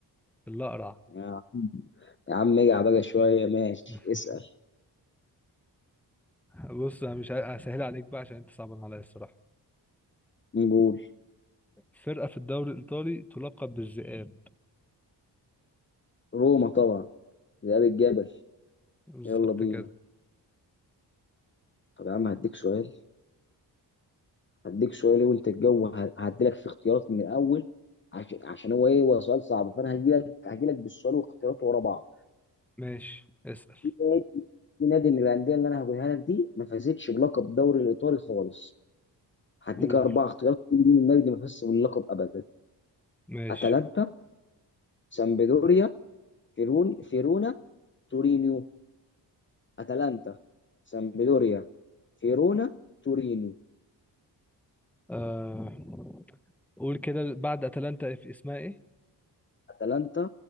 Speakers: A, in the centre; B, on the left.
A: الاقرع
B: يا عم يا عم اجع بقى شويه ماشي
A: <laughs>
B: اسأل
A: بص انا مش ه- هسهل عليك بقى عشان انت صعبان عليا الصراحة
B: نقول
A: فرقة في الدوري الايطالي تلقب بالذئاب
B: روما طبعا ذئاب الجبل
A: بالظبط
B: يلا بينا
A: كده
B: طب يا عم هديك سؤال هديك سؤال إيه وانت الجو ه- هديلك في اختيارات من الاول عشان عشان هو ايه هو سؤال صعب فانا هجيلك هجيلك بالسؤال واختياراته ورا بعض
A: ماشي اسأل
B: في نادي في نادي من الانديه اللي انا هقولها لك دي ما فازتش بلقب الدوري الايطالي خالص هديك
A: قول
B: اربع اختيارات كل مين النادي اللي ما فازش باللقب ابدا
A: ماشي
B: اتلانتا سامبدوريا فيرون فيرونا تورينيو اتلانتا سامبدوريا فيرونا تورينيو
A: آه. قول كده بعد اتلانتا في اسمها ايه
B: اتلانتا